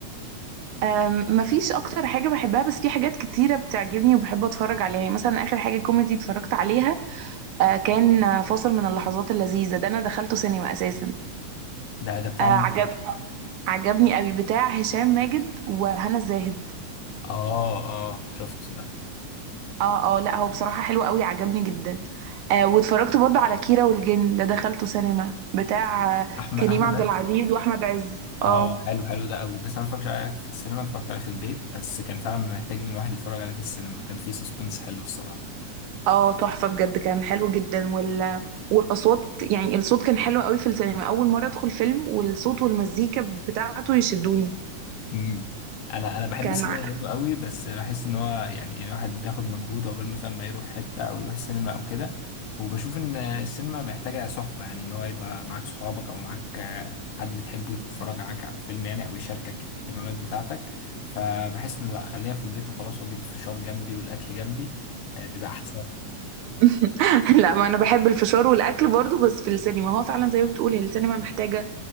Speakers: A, on the right; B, on the left.
A: أم، مفيش اكتر حاجه بحبها بس في حاجات كتيره بتعجبني وبحب اتفرج عليها يعني مثلا اخر حاجه كوميدي اتفرجت عليها آه، كان آه، فاصل من اللحظات اللذيذه ده انا دخلته سينما اساسا
B: ده ده بتاع
A: آه، عجب
B: مين؟
A: عجبني قوي بتاع هشام ماجد وهنا الزاهد
B: اه اه شفته ده
A: اه اه لا هو بصراحه حلو قوي عجبني جدا آه، واتفرجت برضو على كيرة والجن ده دخلته سينما بتاع آه،
B: احمد
A: كريم
B: احمد
A: عبد
B: عز
A: العزيز واحمد عز اه
B: اه حلو حلو ده قوي بس انا مفكرش عليه في السينما اتفرجت عليه في البيت بس كان فعلا محتاج ان الواحد يتفرج عليه في السينما كان فيه سسبنس حلو الصراحه
A: اه تحفة بجد كان حلو جدا وال... والأصوات يعني الصوت كان حلو قوي في السينما أول مرة أدخل فيلم والصوت والمزيكا بتاعته يشدوني
B: امم انا انا بحب
A: كان
B: السينما
A: ع-
B: برضه قوي بس بحس ان هو يعني الواحد بياخد مجهود عقبال مثلا ما يروح حته او يروح السينما او كده وبشوف ان السينما محتاجه صحبه يعني ان هو يبقى معاك صحابك او معاك آه، حد بتحبه يتفرج معاك على الفيلم يعني او يشاركك الاهتمامات بتاعتك فبحس انه لا خليها في البيت وخلاص واجيب الفشار جنبي والاكل جنبي آه، بيبقى احسن
A: <laughs> لا ما أنا بحب الفشار والأكل برضو بس في السينما هو فعلا زي ما بتقول هي السينما محتاجة